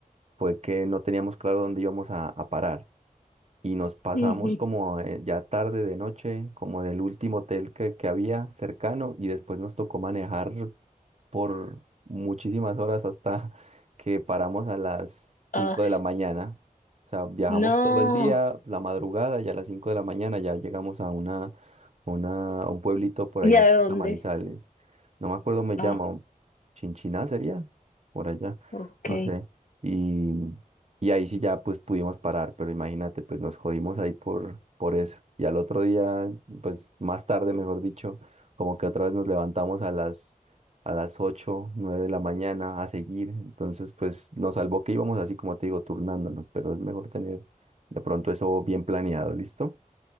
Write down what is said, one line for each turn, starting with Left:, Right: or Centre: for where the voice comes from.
Right: fue que no teníamos claro dónde íbamos a a parar y nos pasamos
Left: Ujú.
Right: como eh, ya tarde de noche, como del último hotel que, que había cercano y después nos tocó manejar por muchísimas horas hasta <laughs> que paramos a las 5
Left: Ah,
Right: de la mañana. O sea, viajamos
Left: no.
Right: todo el día, la madrugada y a las 5 de la mañana ya llegamos a una, una, a un pueblito por
Left: ¿Y
Right: ahí,
Left: a
Right: cerca
Left: dónde?
Right: de Manizales. No me acuerdo, me
Left: Ah,
Right: llama, Chinchiná sería, por allá,
Left: ok.
Right: no sé. y y ahí sí ya pues pudimos parar, pero imagínate, pues nos jodimos ahí por, por eso. Y al otro día, pues más tarde, mejor dicho, como que otra vez nos levantamos a las, a las 8 9 de la mañana a seguir. Entonces, pues nos salvó que íbamos así, como te digo, turnándonos, pero es mejor tener de pronto eso bien planeado, ¿listo?